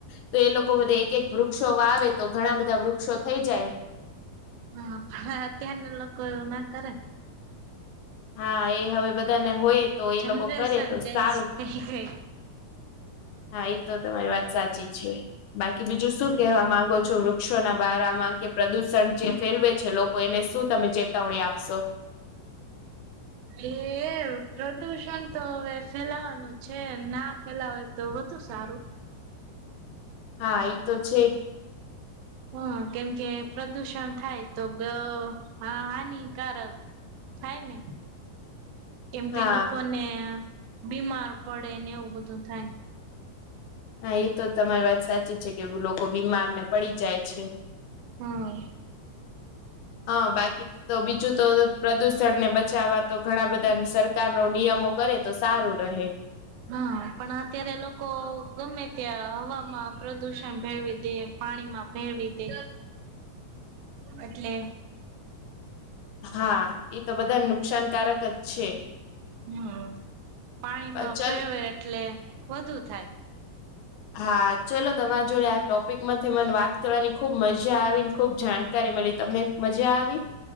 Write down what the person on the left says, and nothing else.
તો એ લોકો બધે એક એક વૃક્ષો વાવે તો ઘણા બધા વૃક્ષો થઈ જાય.
હા એ હવે બધાને હોય તો એ
લોકો કરે તો
સારું.
હા એ તો તમારી વાત સાચી છે. બાકી બીજું શું
કેહવા માંગો છો? વૃક્ષો ના બારામાં કે પ્રદુષણ જે ફેલવે છે. લોકો એને શું તમે ચેતવણી આપશો?
હા ઈ તો છે.
હા
હા એ તો તમારી વાત સાચી છે કે, લોકો બીમારને પડી જાય છે.
અં બાકી તો બીજું તો પ્રદુષણ ને બચાવવા તો ઘણા બધાન સરકાર નો નિયમો કરે તો સારું રહે.
હા એ તો બધાન નુકસાનકારક જ છે.
ચલો
હા ચલો, તમાર જોડે આ ટોપ પિક માંથી મને વાત કરવાની ખુબ મજા આવીન, ખુબ જાણકારી મલી. તમને મજા આવી?